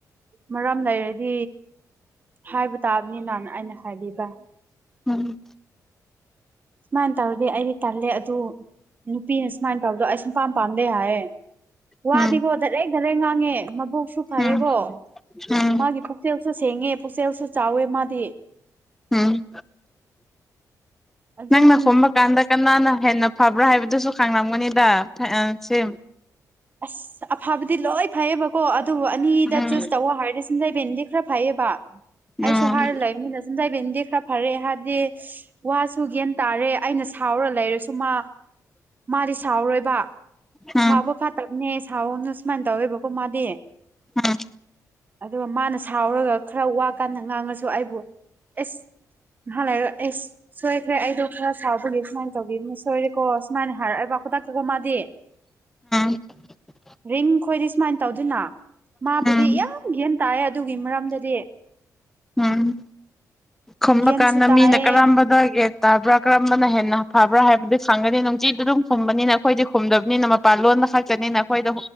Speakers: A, on the right (about 30°); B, in the centre.
A: ꯃꯔꯝ ꯂꯩꯔꯗꯤ ꯍꯥꯏꯕ ꯇꯥꯕꯅꯤꯅꯅ ꯑꯩꯅ ꯍꯥꯏꯕꯤꯕ
B: ꯎꯝ
A: ꯁꯨꯃꯥꯏꯅ ꯇꯧꯔꯗꯤ ꯑꯩꯗꯤ ꯇꯜꯂꯦ ꯑꯗꯨ ꯅꯨꯄꯤ ꯍꯥꯏ ꯁꯃꯥꯏꯅ ꯇꯥꯎꯗꯣ ꯑꯁꯟꯐꯥꯥꯟ ꯄꯥꯟꯗꯦ ꯍꯥꯏꯌꯦ ꯋꯥꯗꯤꯀꯣ
B: ꯎꯝ
A: ꯙꯔꯦꯛ ꯙꯔꯦꯛ ꯉꯥꯡꯉꯦ ꯃꯕꯣꯛꯁꯨ ꯐꯥꯏꯌꯦꯀꯣ
B: ꯎꯝ ꯎꯝ
A: ꯃꯥꯒꯤ ꯄꯨꯛꯆꯦꯜꯁꯨ ꯁꯦꯡꯉꯦ ꯄꯨꯛꯆꯦꯜꯁꯨ ꯆꯥꯎꯋꯦ ꯃꯥꯗꯤ
B: ꯎꯝ
A: ꯑꯗꯨꯝ
B: ꯊꯥꯡꯅ ꯈꯣꯕ ꯀꯥꯟꯗ ꯀꯅꯥꯅ ꯍꯦꯟꯅ ꯐꯕ꯭ꯔꯥ ꯍꯥꯏꯕꯗꯨꯁꯨ ꯈꯪꯂꯝꯒꯅꯤꯗ ꯁꯤ
A: ꯑꯁ ꯑꯐꯕꯗꯤ ꯂꯣꯏ ꯐꯩꯌꯦꯕꯀꯣ ꯑꯗꯨꯕꯨ ꯑꯅꯤꯗ
B: ꯎꯝ
A: ꯆꯨꯁ ꯇꯧꯋ ꯍꯥꯏꯔꯗꯤ ꯁꯤꯡꯖꯩ ꯕꯦꯟꯗꯤ ꯈꯔ ꯐꯩꯌꯦꯕ ꯕꯥ
B: ꯎꯝ
A: ꯑꯩꯁꯨ ꯍꯥꯏꯔ ꯂꯩꯕꯅꯤꯅ ꯁꯨꯝ ꯇꯥꯏꯕꯤꯦꯟꯗꯤ ꯈꯔ ꯐꯔꯛꯑꯦ ꯍꯥꯏꯕꯗꯤ ꯋꯥꯁꯨ ꯒ꯭ꯌꯥꯟ ꯇꯥꯔꯦ ꯑꯩꯅ ꯁꯥꯎꯔ ꯂꯩꯔꯁꯨ ꯃꯥ ꯃꯥꯗꯤ ꯁꯥꯎꯔꯣꯏꯕ
B: ꯎꯝ
A: ꯁꯥꯎꯕ ꯐꯠꯇꯕꯅꯦ ꯁꯥꯎꯅ ꯁꯨꯃꯥꯏꯅ ꯇꯧꯋꯦꯕꯀꯣ ꯃꯥꯗꯤ
B: ꯎꯝ
A: ꯑꯗꯨꯒ ꯃꯥꯅ ꯁꯥꯎꯔꯒ ꯈꯔ ꯋꯥꯀꯥꯟꯗ ꯉꯥꯡꯉꯁꯨ ꯑꯩꯕꯨ ꯑꯦꯁ ꯅꯍꯥꯟ ꯂꯩꯔꯑꯣ ꯑꯩꯁ ꯁꯣꯏꯈ꯭ꯔꯦ ꯑꯩꯗꯣ ꯈꯔ ꯆꯥꯎꯕꯒꯤꯦ ꯁꯨꯃꯥꯏꯅ ꯇꯧꯒꯦ ꯁꯣꯏꯔꯦꯀꯣ ꯁꯃꯥꯏꯅ ꯍꯥꯏꯔꯕꯈꯇꯥꯛ ꯀ ꯀꯣ ꯃꯥꯗꯤ
B: <inaudible>
A: ꯔꯤꯡ ꯈꯣꯏꯗꯤ ꯁꯨꯃꯥꯏꯅ ꯇꯧꯗꯣꯏꯅ ꯃꯥꯕꯨꯗꯤ
B: ꯎꯝ
A: ꯌꯥꯝ ꯒ꯭ꯌꯥꯦꯟ ꯇꯥꯏ ꯑꯗꯨꯒꯤ ꯃꯔꯝꯗꯗꯤ
B: ꯎꯝ ꯈꯨꯝꯕ
A: ꯒ꯭ꯌꯥꯟꯁꯨ
B: ꯀꯥꯟꯗ
A: ꯇꯥꯏꯌꯦ
B: ꯃꯤꯅ ꯀꯔꯝꯕꯗꯒꯦ ꯇꯥꯕ꯭ꯔꯥ ꯀꯔꯝꯕꯅ ꯍꯦꯟꯅ ꯐꯕ꯭ꯔꯥ ꯍꯥꯏꯕꯗꯨ ꯈꯪꯒꯅꯤ ꯅꯨꯡꯆꯤꯗꯨ ꯑꯗꯨꯝ ꯈꯨꯝꯕꯅꯤꯅ ꯑꯩꯈꯣꯏꯗꯤ ꯈꯨꯝꯗꯕꯅꯤꯅ ꯃꯄꯥꯟ ꯂꯣꯟ ꯈꯛꯀꯅꯤꯅ ꯑꯩꯈꯣꯏꯗ